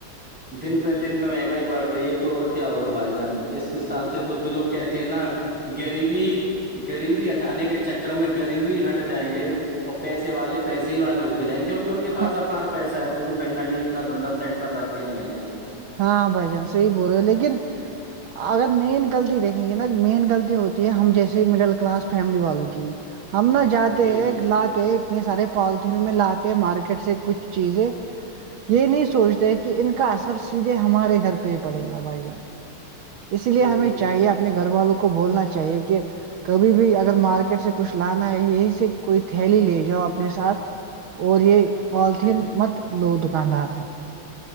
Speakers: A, in the centre; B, on the right.
A: دن پہ دن میں مہنگائی بڑھ رہی ہے تو اور کیا ہوگا بھائی جان اس حساب سے تو جو کہتے ت نا گریبی غریبی ہٹانے کے چکر میں غریبی ہٹ جائیں گے اور پیسے والے پیسے ہی والے ہوتے تو جائیں کیوںہ ان کے پس
B: ہاں
A: اپار پیسہ ہے وہ تو کہیں نہ کہیں اپنا دھندا سیٹ کر رکھے ہیں بائی جان
B: ہاں بھائی جان سے یہی بول رہے لیکن اگر مین غلطی دیکھیں گے نا مین غلطی ہوتی ہے ہم جیسے مڈل کلاس فیملی والوں کی ہم نہ جاتے
A: جی
B: ہیں لاتے سارے پالیتھینوں میں لاتے ہیں مارکیٹ سے کچھ چیزیں یہ نہیں سوچتے کہ ان کے کا اثر سیدھے ہمارے گھر پہ ہی پڑے گ بھائی جان اس لیے
A: بالکل
B: ہمیں چاہیے
A: بالکل
B: اپنے گھر والوں کو بولنا چاہیے کہ کبھی بھی اگر مارکیٹ سے کچھ لانا ہے یہیں سے کوئی تھیلی لے جاؤ اپنے ساتھ اور یہ پالیتھیین
A: جی
B: مت لو دکاندار سے